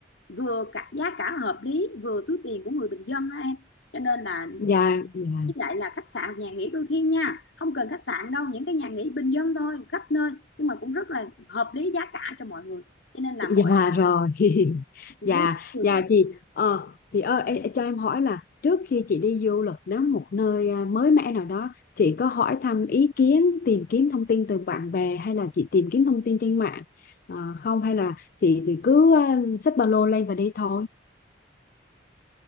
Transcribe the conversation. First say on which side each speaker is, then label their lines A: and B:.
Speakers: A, on the left; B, on the left.
A: vừa cả giá cả hợp lý vừa túi tiền của người bình dân đó em cho nên là
B: dạ dạ
A: với lại là khách sạn nhà nghỉ đôi khi nha không cần khách sạn đâu những cái nhà nghỉ bình dân thôi khắp nơi nhưng mà cũng rất là hợp lý giá cả cho mọi người cho nên là
B: dạ
A: mọi
B: rồi <laughs>
A: chị thấy
B: dạ
A: được
B: dạ
A: lắm
B: chị ờ chị ơi ê, ê, cho em hỏi là trước khi chị đi du lịch đến một nơi à, mới mẻ nào đó chị có hỏi thăm ý kiến tìm kiếm thông tin từ bạn bè hay là chị tìm kiếm thông tin trên mạng Ờ, không hay là chị thì cứ à, xách ba lô lên và đi thôi